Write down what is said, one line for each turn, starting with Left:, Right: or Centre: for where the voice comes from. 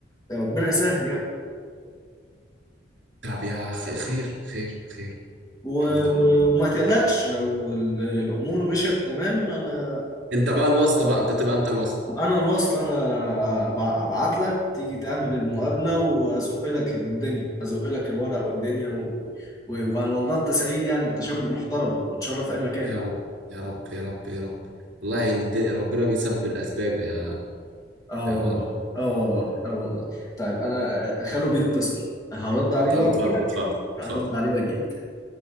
Left: ربنا يسهل يعني
Right: طب يا خ- خير خير خير
Left: و... و...
Right: الحمد لله
Left: وما تقلقش لو ال- الامور مشيت تمام انا
Right: انت بقى الواسطة بقى انت تبقى انت الواسطة
Left: انا الوصل انا أبع- ابعت لك تيجي تعمل المقابله وازق لك الدنيا ازق لك الورق والدنيا و... و... وعلى الله التسعيد يعني انت شاب محترم وتشرف في اي مكان
Right: يا رب يا رب يا رب يا رب والله الد- ربنا بيسبب الاسباب يا
Left: اه والله
Right: يا معلم
Left: اه والله اه والله طيب انا خلو بيتصل هرد عليه
Right: طب
Left: بقى واجيلك
Right: اتفضل اتفضل
Left: هرد
Right: اتفضل
Left: عليه واجيلك